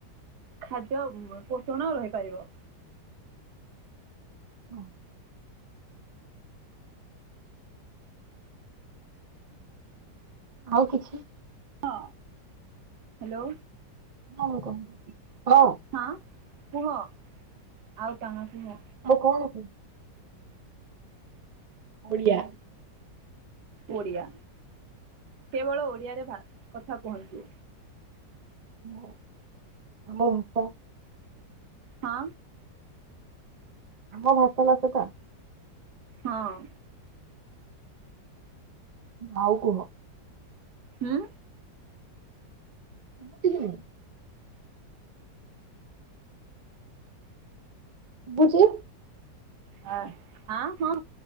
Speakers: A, on the right; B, on the right.
A: ଖାଦ୍ୟ ପୋଷଣ ରହିପାରିବ।
B: <inaudible> ଆଉ କିଛି
A: ହଁ ହ୍ୟାଲୋ
B: ହଁ କ ହଁ
A: ହଁ କୁହ ଆଉ କଣ କୁହ
B: ମୁଁ କହୁନି କି? ଓଡ଼ିଆ
A: ଓଡ଼ିଆ କେବଳ ଓଡିଆରେ କଥା କୁହନ୍ତୁ।
B: ହ ଆମ ଭାଷା
A: ହଁ।
B: ଆମଭାଷା ନା ସେଟା
A: ହଁ।
B: ଆଉ କୁହ
A: ହୁଁ।
B: କମତି କି ନାହିଁ। ବୁଝି।
A: ହା ହା ହଁ।